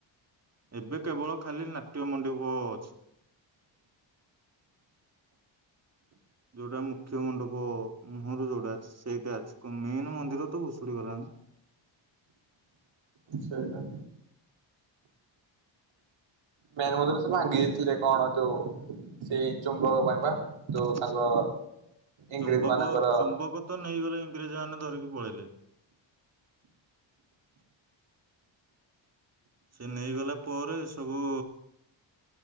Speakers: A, on the right; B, on the right.
A: ଏବେ କେବଳ ଖାଲି ନାଟ୍ୟ ମଣ୍ଡିପ ଅଛି। ଯୋଉଟା ମୁଖ୍ୟ ମଣ୍ଡପ ମୁହଁରୁ ଯୋଉଟା ଅଛି ସେଇଟା ଅଛି ମେନ ମନ୍ଦିର ତ ଭୁଷୁଡି ଗଲାଣି।
B: ସେଇଟା। ମେନ୍ ମନ୍ଦିର ସେ ଭାଙ୍ଗି ଦେଇଥିଲେ କଣ ଯୋଉ ସେଇ ଚୁମ୍ବକ ପାଇଁ ବା ଯୋଉ
A: ନା।
B: ତାଙ୍କ ଇଂରେଜ
A: ଚୁମ୍ବକ
B: ମାନଙ୍କର
A: ଚୁମ୍ବକ ତ ନେଇଗଲେ ଇଂରେଜ ମାନେ ଧରିକି ପଳେଇଲେ। ସେ ନେଇଗଲା ପରେ ଏ ସବୁ